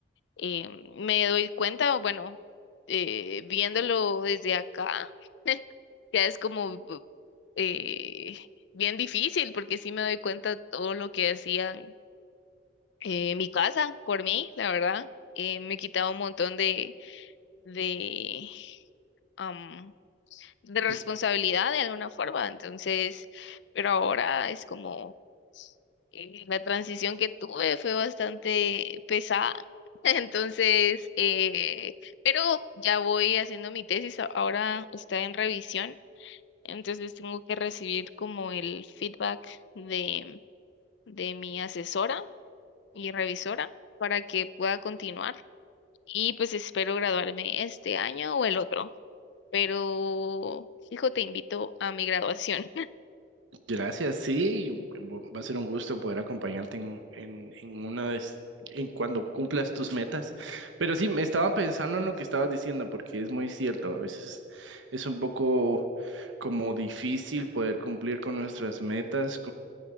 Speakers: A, on the left; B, on the right.
A: eh, me doy cuenta, bueno, eh, viéndolo desde acá, ya es como eh, bien difícil porque sí me doy cuenta todo lo que hacían eh, en mi casa por mí, la verdad. Eh, me quitaba un montón de, de, am, de responsabilidad
B: pues,
A: de alguna forma, entonces, pero ahora es como eh, la transición que tuve fue bastante pesada. <laughs> Entonces, eh, pero ya voy haciendo mi tesis, a- ahora está en revisión, entonces tengo que recibir como el feedback de, de mi asesora y revisora para que pueda continuar y pues espero graduarme este año o el otro, pero hijo, te invito a mi graduación.
B: Gracias, sí. Va va a ser un gusto poder acompañarte en, en, en una de, es- en cuando cumplas tus metas. Pero sí, me estaba pensando en lo que estabas diciendo, porque es muy cierto. A veces es un poco como difícil poder cumplir con nuestras metas,